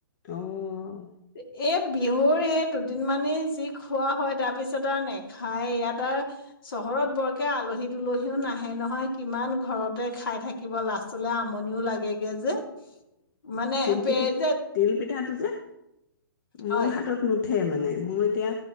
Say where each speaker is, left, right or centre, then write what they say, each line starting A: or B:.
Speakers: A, on the left; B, on the left.
A: অ',
B: এয়া এই বিহুৰ এই দুদিন মানেই যি খোৱা হয়। তাৰপিছত আৰু নেখায়। ইয়াত আৰু চহৰত বৰকৈ আলহী দুলহীও নাহে নহয়। কিমান ঘৰতে খাই থাকিব? লাষ্টলে আমনিও লাগে। গেজে মানে
A: পিঠা,
B: যে
A: তিল পিঠাটো যে
B: হয়
A: মোৰ হাতত ন থে মানে মই এতিয়া